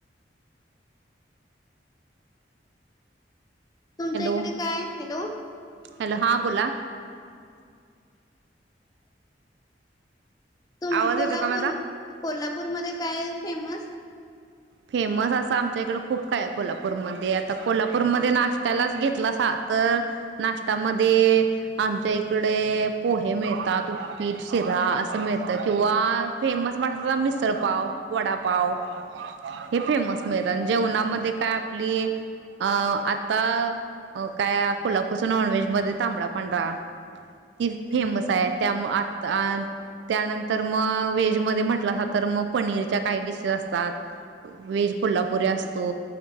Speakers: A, on the left; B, on the right.
A: तुमच्या
B: हॅलो
A: इकडे काय हॅलो
B: हॅलो हां बोला
A: तुम
B: आवाज
A: कोल्हापूर
B: येतो का माझा
A: कोल्हापूरमध्ये काय फेमस
B: फेमस असं आमच्या इकडे खूप काय आहे कोल्हापूरमध्येध्ये आता कोल्हापूरमध्येध्ये नाश्त्यालाच घेतला सा तर नाश्त्यामध्ये आमच्या इकडे पोहे मिळतात उपीट शिरा असं मिळत किंवा फेमस म्हण मिसळपाव वडापाव. हे फेमस मिळत जेवणामध्ये काय आपली अ आता काय कोल्हापूरचा नॉन व्हेज मध्ये तांबडा पांढरा ती फेमस आहे त्या आ त्यानंतर मग व्हेज मध्ये म्हटलं अस तर मग पनीरच्या काही डिशेस असत वेज कोल्हापुरी असतो